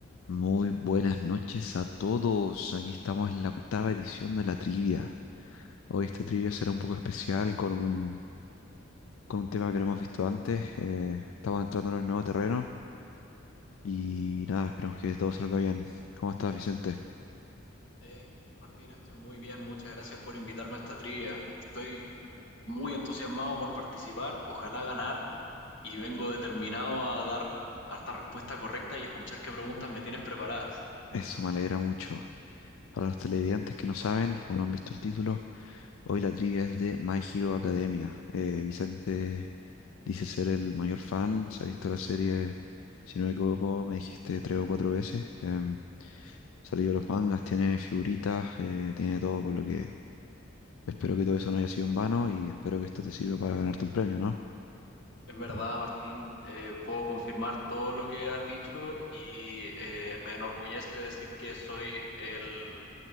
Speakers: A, on the left (about 80°); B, on the left (about 55°).
A: Muy buenas noches a todos. Aquí estamos en la octava edición de la trivia. Hoy esta trivia será un poco especial con un, con un tema que no hemos visto antes. Eh, estamos entrando en el nuevo terreno y nada, esperamos que todo salga bien. ¿Cómo estás, Vicente?
B: Hey, Martín, estoy muy bien. Muchas gracias por invitarme a esta trivia. Estoy muy entusiasmado por participar, ojalá ganar, y vengo determinado a dar harta respuesta correcta y escuchar qué preguntas me tienes preparadas.
A: Eso me alegra mucho. Para los televidentes que no saben o no han visto el título, hoy la trivia es de My Hero Academia. Eh, Vicente dice ser el mayor fan, se ha visto la serie, si no me equivoco, me dijiste tres o cuatro veces. Em, salido los mangas, tiene figuritas, eh, tiene todo, por lo que espero que todo eso no haya sido en vano y espero que esto te sirva para ganarte un premio, ¿no?
B: Es verdad, Martín, eh, puedo confirmar todo lo que has dicho y eh, me enorgullece decir que soy el